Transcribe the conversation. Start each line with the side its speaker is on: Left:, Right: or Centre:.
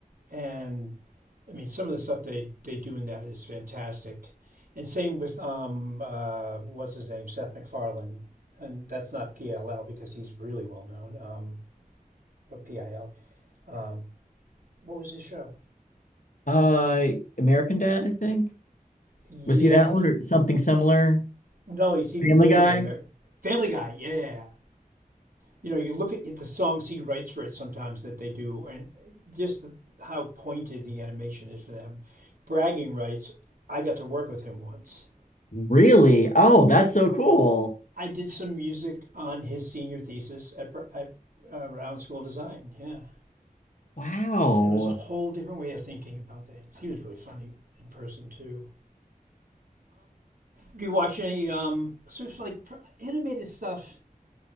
Right: And I mean, some of the stuff they they do in that is fantastic. And same with um uh what's his name Seth MacFarlane, and that's not PLL because he's really well known. Um, but PIL. Um, what was his show?
Left: Uh, American Dad, I think.
Right: Yeah,
Left: Was he that
Right: he
Left: one
Right: did.
Left: or something similar?
Right: No, it's even
Left: Family
Right: bigger
Left: Guy?
Right: than Amer- Family Guy. Yeah, yeah, yeah. You know, you look at the songs he writes for it sometimes that they do, and just the, how pointed the animation is for them. Bragging rights. I got to work with him once.
Left: Really? Oh,
Right: Y-
Left: that's so cool.
Right: I did some music on his senior thesis at, at uh, Brown School of Design. Yeah.
Left: Wow.
Right: And it was a whole different way of thinking about things. He was really funny in person, too. Do you watch any um, sort of like animated stuff?